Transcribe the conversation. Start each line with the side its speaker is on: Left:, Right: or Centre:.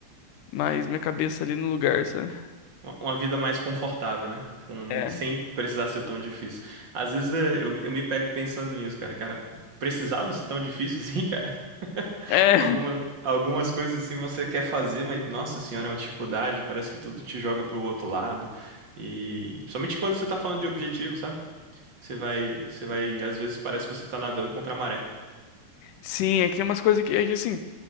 Left: mais minha cabeça ali no lugar, sabe?
Right: uma uma vida mais confortável, né? Com-
Left: É.
Right: sem precisar ser tão difícil. Às vezes é, eu, eu me pego pensando nisso, cara. Cara, precisava ser tão difícil assim, cara? <laughs>
Left: É, <laughs>
Right: Alguma, algumas coisas assim você quer fazer, mas nossa senhora, é uma dificuldade. Parece que tudo te joga pro outro lado. E somente quando você tá falando de objetivo, sabe? Você vai, você vai, às vezes parece que você tá nadando contra a maré.
Left: sim, é que tem umas coisas que, é que assim,